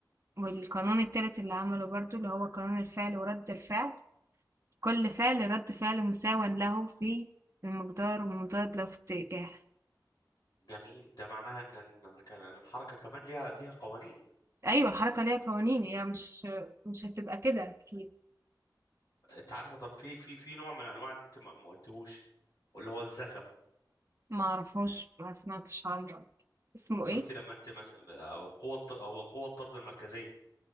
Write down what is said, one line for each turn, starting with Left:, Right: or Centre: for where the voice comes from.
Right: والقانون التالت اللي عمله برضو اللي هو قانون الفعل ورد الفعل كل فعل رد فعل مساو له في المقدار ومضاد له في اتجاه
Left: جميل ده معناها ان إن- إن كان إن الحركة كمان ليها ليها قوانين
Right: ايوه الحركه ليها قوانين هي مش مش هتبقى كده اكيد
Left: انت عارفة طب في في في نوع من انواع ان انت ما ما قلتهوش واللي هو الزغم
Right: ما اعرفوش ما سمعتش عنه اسمه
Left: شفتي
Right: ايه
Left: لما انت مس... او القوة الط- او القوة الطرد المركزية